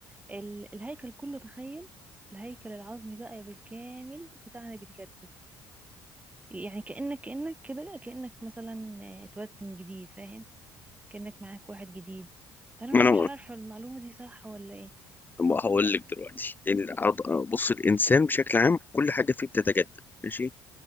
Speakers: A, on the right; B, on the left.
A: ال- الهيكل كله تخيل الهيكل العظمي بقى بالكامل بتاعنا بيتجدد يعني كأنك كأنك كده كأنك مثلا اتولدت من جديد فاهم كأنك معاك واحد جديد أنا
B: ما انا
A: مش عارفة المعلومة دي صح ولا إيه
B: ما هقول لك دلوقتي إن- بص الانسان بشكل عام كل حاجه فيه بتتجدد ماشي